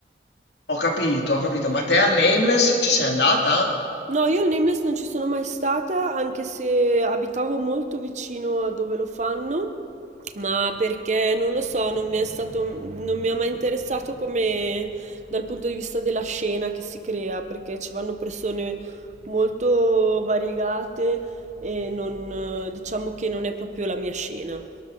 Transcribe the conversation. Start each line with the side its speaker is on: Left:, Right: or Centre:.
Left: Ho capito, ho capito, ma te al Nameless ci sei andata?
Right: No, io il Nameless non ci sono mai stata, anche se abitavo molto vicino a dove lo fanno, ma perché non lo so, non mi è stato, non mi ha mai interessato come dal punto di vista della scena che si crea, perché ci vanno persone molto variegate e non, eh, diciamo che non è proprio la mia scena.